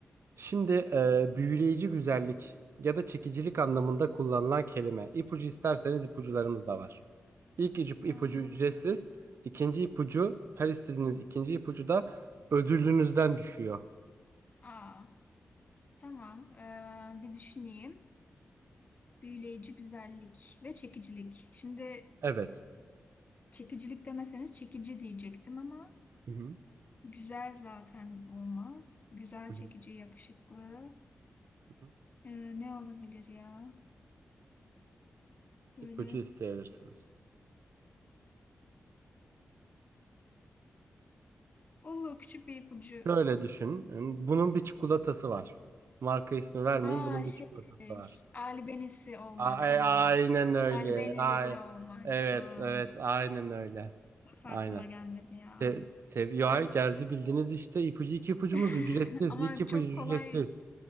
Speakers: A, on the right; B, on the left.
A: Şimdi e, büyüleyici güzellik ya da çekicilik anlamında kullanılan kelime. İpucu isterseniz ipucularımız da var. İlk icu-
B: Hmm,
A: ipucu ücretsiz. İkinci ipucu her istediğiniz ikinci ipucu da ödülünüzden düşüyor.
B: Aa, tamam. Ee, bir düşüneyim. Büyüleyici güzellik ve çekicilik. Şimdi
A: Evet.
B: çekicilik demeseniz çekici diyecektim ama
A: Hı hı.
B: Güzel zaten olmaz. Güzel,
A: Hı
B: çekici,
A: hı.
B: yakışıklı.
A: hı hı.
B: Ee, ne olabilir ya? Böyle
A: ipucu isteyebilirsiniz.
B: olur küçük bir ipucu.
A: Şöyle düşünün. Bunun bir çikolatası var. Marka ismi vermeyeyim.
B: Aa
A: Bunun
B: şey
A: bir çikolatası var.
B: albenisi olmak
A: A- e,
B: hani
A: aynen öyle.
B: albenili
A: Ay,
B: biri olmak.
A: evet,
B: Aa,
A: evet, aynen öyle.
B: nasıl
A: Aynen.
B: aklıma gelmedi ya?
A: Te te- ya hayır, geldi bildiniz işte ipucu iki ipucumuz
B: <laughs>
A: ücretsiz.
B: Ama
A: İki ipucu
B: çok
A: ücretsiz.
B: kolay.